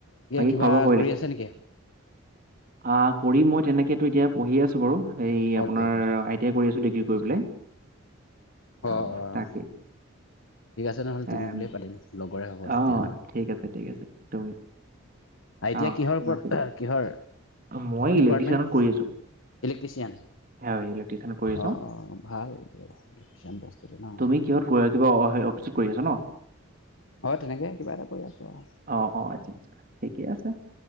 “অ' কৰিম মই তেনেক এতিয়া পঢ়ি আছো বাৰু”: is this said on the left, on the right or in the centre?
Right